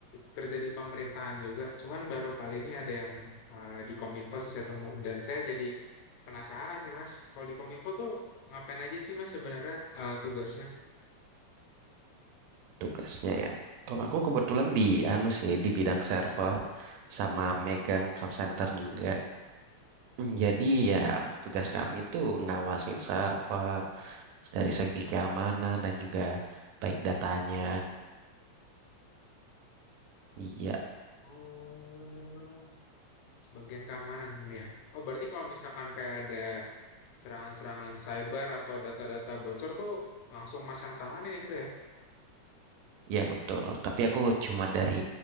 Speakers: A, on the left (about 80°); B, on the right (about 80°).
A: kerja di pemerintahan juga, cuman baru kali ini ada yang eh, di Kominfo sih saya temu dan saya jadi penasaran sih Mas. Kalau di Kominfo tuh ngapain aja sih Mas sebenarnya eh, tugasnya?
B: tugasnya ya. Kalau aku kebetulan di anu sih, di bidang server sama megang call center juga. Mm, Jadi ya tugas kami tuh ngawasin server dari segi keamanan dan juga baik datanya. Iya,
A: Oh, bagian keamanan ini ya. Oh, berarti kalau misalkan kayak ada serangan-serangan cyber atau data-data bocor tuh langsung Mas yang tanganin itu ya?
B: iya betul. Tapi aku cuma dari